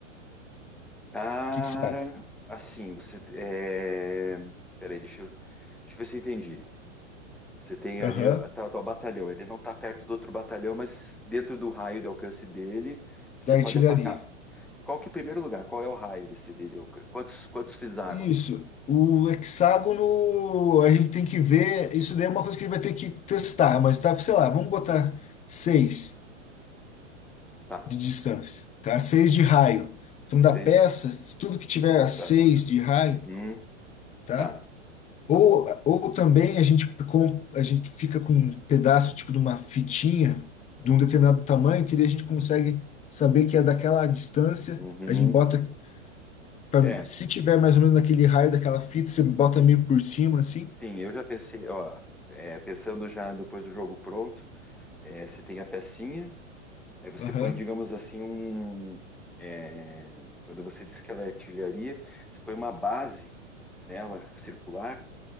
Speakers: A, in the centre; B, on the left (about 20°).
A: Cara,
B: O que que você acha?
A: assim, você é... Peraí, deixa eu... deixa eu ver se eu entendi. Você tem
B: Aham.
A: ali tá, tá o teu batalhão. Ele não está perto do outro batalhão, mas dentro do raio de alcance dele, você
B: Da
A: pode
B: artilharia.
A: atacar. Qual que, em primeiro lugar, qual é o raio desse dele? de alcance? Quantos, quantos hexágonos?
B: Isso. O hexágono, a gente tem que ver. Isso daí é uma coisa que a gente vai ter que testar, mas tá, sei lá, vamos botar seis
A: Tá.
B: de distância, tá? Seis de raio. Então, da
A: Seis.
B: peça, se tudo que tiver a seis
A: Tá.
B: de raio,
A: Uhum.
B: tá?
A: Tá.
B: Ou,
A: Tá bom.
B: ou também a gente, com, a gente fica com um pedaço tipo de uma fitinha de um determinado tamanho, que daí a gente consegue saber que é daquela distância.
A: Uhum.
B: A gente bota, pra-
A: É.
B: se tiver mais ou menos naquele raio daquela fita, você bota
A: ok.
B: meio por cima, assim.
A: Sim, eu já pensei, ó. é, pensando já depois do jogo pronto, é, você tem a pecinha, Aí você
B: Aham,
A: põe, digamos assim, um. é, quando você diz que ela é artilharia, você põe uma base nela, circular,